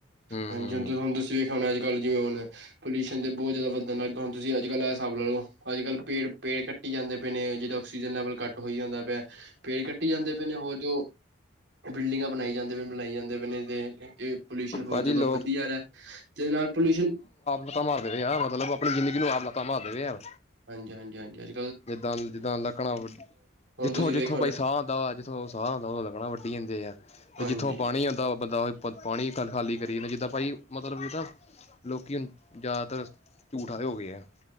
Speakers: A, on the left; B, on the right.
A: ਹੂੰ
B: ਹਾਂਜੀ
A: ਹੂੰ
B: ਹ ਹੁਣ ਤੁਸੀਂ ਹੁਣ ਅੱਜ ਕੱਲ ਜਿਵੇਂ ਹੁਣ, ਪੋਲਊਸ਼ਨ ਦੇ ਬਹੁਤ ਜ਼ਿਆਦਾ ਵੱਧਣ ਲੱ ਹੁਣਜ ਕੱਲ ਇਹ ਹਿਸਾਬ ਲਓ, ਅੱਜ ਕੱਲ ਪੇੜ ਪੇੜ ਕੱਟੀ ਜਾਂਦੇ ਪਏ ਨੇ, ਜਿਦੋਂ ਔਕਸੀਜਨ ਲੈਵਲ ਕਾਟ ਹੋਈ ਜਾਂਦਾ ਪਿਆ, ਪੇੜ ਕੱਟੀ ਜਾਂਦੇ ਪਏ ਨੇ ਹੋਰ ਜੋ ਬਿਲਡਿੰਗਾਂ ਬਣਾਈ ਜਾਂਦੇ ਬੇ, ਬਣਾਈ ਜਾਂਦੇ ਬੇ ਨੇ ਤੇ ਏ ਪੋਲਿਊਸ਼ਨ ਬਹੋਤ
A: ਭਾਜੀ
B: ਜਾਦਾ
A: ਲੋਕ
B: ਵਧੀਆ ਰਿਹਾ, ਜਿਹਦੇ ਨਾਲ ਪੋਲਿਊਸ਼ਨ
A: ਲਤਾਂ ਮਾਰਦੇ ਰਹੇ ਆ, ਮਤਲਬ ਆਪਣੀ ਜ਼ਿੰਦਗੀ ਨੂੰ ਆਪ ਲੱਤਾਂ ਮਾਰਦੇ ਰਹੇ ਆ।
B: ਹਾਂਜੀ-ਹਾਂਜੀ-ਹਾਂਜੀ
A: ਜਿੱਦਾਂ-ਜਿੱਦਾਂ ਲੱਕੜਾ ਵ
B: ਹੁਣ
A: ਜਿੱਥੋਂ
B: ਤੁਸੀਂ
A: ਜਿੱਥੋਂ
B: ਵੇਖਿਆ
A: ਬਾਈ
B: ਹੋਣਾ
A: ਸਾਹ ਆਉੁੰਦਾ ਵਾ, ਜਿੱਥੋਂ ਉਹ ਸਾਹ ਆਉਂਦਾ ਉਹ ਲਗਣਾ ਵੱਢੀ ਜਾਂਦੇ ਆ। ਤੇ
B: ਹਾਂਜੀ
A: ਜਿੱਥੋਂ ਪਾਣੀ ਆਉਂਦਾ ਬੰਦਾ ਪਾਣੀ ਖਾਲੀ ਕਰੀ ਜਾਂਦਾ, ਜਿੱਦਾਂ ਭਾਈ, ਮਤਲਬ ਇਹਦਾ ਲੋਕ ਜ਼ਿਆਦਾਤਰ ਝੂਠ ਆਲੇ ਹੋ ਗਏ ਆ।